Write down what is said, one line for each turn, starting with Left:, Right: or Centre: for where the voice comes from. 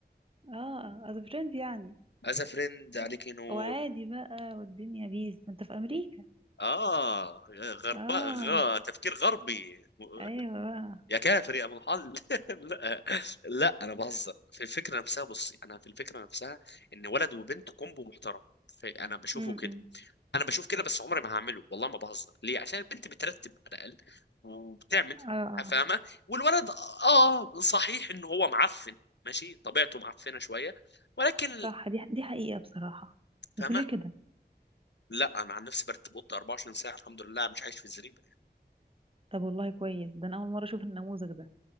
Right: اه از فريند يعني
Left: از فريند عليك
Right: و-
Left: نور
Right: وعادي بقى والدنيا بيز انت في امريكا
Left: اه غرباء
Right: اه
Left: غ... تفكير غربي <laughs>
Right: ايوه بقى
Left: يا كافر يا ابو الحل <laughs> لا لا انا بهزر في الفكره نفسها بصي انا في الفكره نفسها ان ولد وبنت كومبو محترم في... انا بشوفه
Right: امم
Left: كده انا بشوف كده بس عمري ما هعمله والله ما بهزر ليه عشان البنت بترتب على الاقل وبتعمل
Right: اه اه
Left: فاهمه والولد اه صحيح ان هو معفن ماشي طبيعته معفنه شويه ولكن
Right: صح دي دي حقيقة بصراحة
Left: فاهمه
Right: انتوا ليه كده
Left: لا انا عن نفسي برتب اوضتي 24 ساعه الحمد لله مش عايش في الزريبه
Right: طب والله كويس ده انا اول مرة اشوف النموذج ده